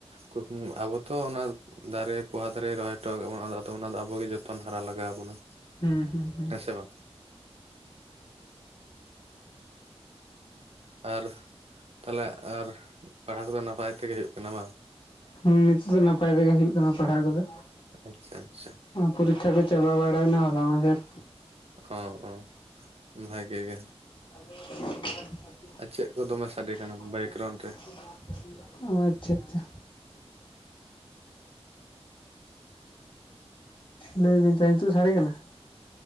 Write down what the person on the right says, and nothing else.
ᱠᱩᱠᱢᱩ ᱟᱵᱚ ᱛᱚ ᱚᱱᱟ ᱫᱟᱨᱮ ᱯᱚᱦᱟ ᱫᱟᱨᱮᱭ ᱨᱚᱦᱚᱭ ᱦᱚᱴᱚ ᱟᱠᱟᱫ ᱵᱚᱱᱟ ᱟᱫᱚ ᱚᱱᱟ ᱫᱚ ᱟᱵᱚᱜᱮ ᱡᱚᱛᱚᱱ ᱦᱟᱨᱟ ᱞᱟᱜᱟᱣ ᱟᱵᱚᱱᱟ᱾
ᱦᱮᱸ ᱥᱮ ᱵᱟᱝ ᱟᱨ ᱛᱟᱦᱚᱞᱮ ᱟᱨ ᱯᱟᱲᱦᱟᱣ ᱠᱚᱫᱚ ᱱᱟᱯᱟᱭ ᱛᱮᱜᱮ ᱦᱩᱭᱩᱜ ᱠᱟᱱᱟ ᱵᱟᱝ
ᱟᱪᱪᱷᱟ ᱟᱪᱪᱷᱟ
ᱦᱚᱸ ᱚᱸ ᱵᱷᱟᱜᱮ ᱜᱮ
ᱟᱨ ᱪᱮᱫ ᱠᱚ ᱫᱚᱢᱮ ᱥᱟᱰᱮ ᱠᱟᱱᱟ
ᱵᱮᱠᱜᱨᱟᱣᱩᱱᱰ ᱨᱮ